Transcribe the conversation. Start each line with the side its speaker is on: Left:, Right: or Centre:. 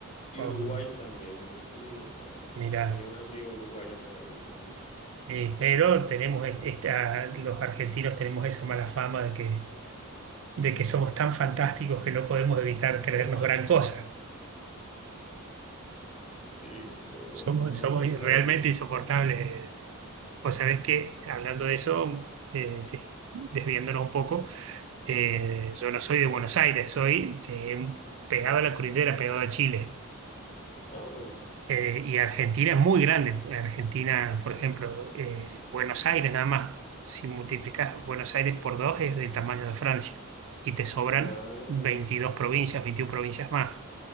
Left: Y
Right: Oh,
Left: uruguayos también, argentinos y uruguayos.
Right: mirá,
Left: Tenía una amiga uruguaya por ahí también.
Right: Eh, pero tenemos
Left: Ah.
Right: es- esta, los argentinos tenemos esa mala fama de que, de que somos tan fantásticos que no podemos evitar
Left: <laughs>
Right: creernos gran cosa.
Left: Sí, no, no,
Right: Somos,
Left: no, no
Right: somos
Left: no lo sabía.
Right: realmente insoportables.
Left: <laughs>
Right: Vos sabés que, hablando de eso, eh, de- desviándonos un poco, eh, yo no soy de Buenos Aires, soy de un- pegado a la cordillera, pegado a Chile.
Left: Ah,
Right: Eh, y Argentina es muy grande. Argentina, por ejemplo, eh, Buenos Aires nada más, si multiplicas Buenos Aires por dos es del tamaño de Francia y te sobran
Left: madre
Right: 22
Left: mía.
Right: provincias, 21 provincias más.